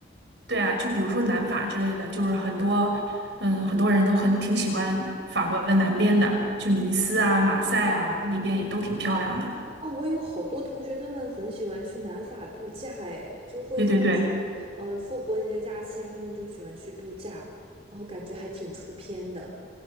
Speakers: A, on the right; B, on the right.
A: 对啊，就比如说南法之类的，就是很多，嗯，很多人都很挺喜欢法国的南边的，就尼斯啊、马赛啊那边也都挺漂亮的。
B: 哦，我有好多同学，他们很喜欢去南法度假，哎，就会发现，
A: 对对对，
B: 呃，复活节假期啊，他们就喜欢去度假，然后感觉还挺出片的。